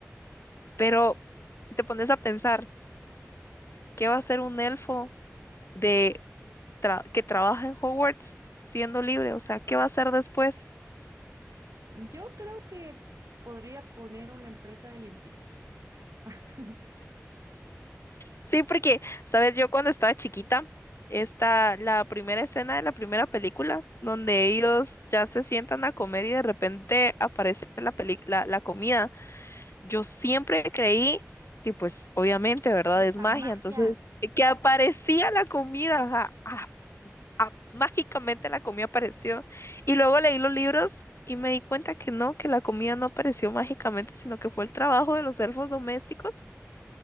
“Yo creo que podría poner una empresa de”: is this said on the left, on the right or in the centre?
Right